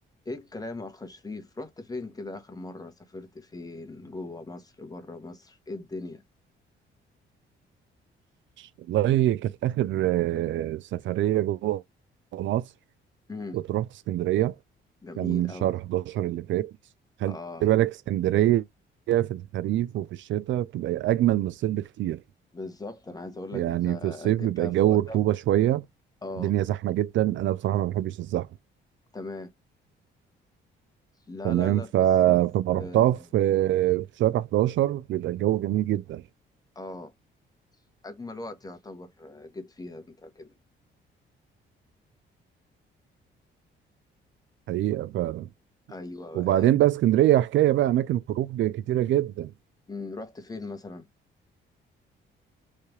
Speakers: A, on the left; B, on the right.
A: ايه الكلام يا اخ شريف رحت فين كده اخر مرة سافرت فين جوه مصر بره مصر ايه الدنيا
B: والله كانت آخر آه، سفرية جوه مصر
A: امم
B: كنت رحت اسكندرية
A: جميل
B: كان شهر
A: اوي
B: 11 اللي فات خلي
A: اه
B: بالك اسكندرية في الخريف وفي الشتاء بتبقى أجمل من الصيف بكتير
A: بالظبط انا عايز اقول
B: يعني
A: لك انت
B: في الصيف
A: جبتها
B: بيبقى الجو
A: في وقتها
B: رطوبة شوية
A: اه
B: الدنيا زحمة جدا أنا بصراحة ما بحبش الزحمة
A: تمام لا
B: تمام
A: لا لا
B: ف...
A: في الصيف
B: فما رحتها
A: اه
B: في في شهر 11 بيبقى الجو جميل جدا
A: آه، اجمل وقت يعتبر آه، جيت فيها انت كده
B: حقيقة فعلا
A: ايوه
B: وبعدين
A: آه.
B: بقى اسكندرية حكاية بقى أماكن خروج كتيرة جدا
A: مم. رحت فين مثلا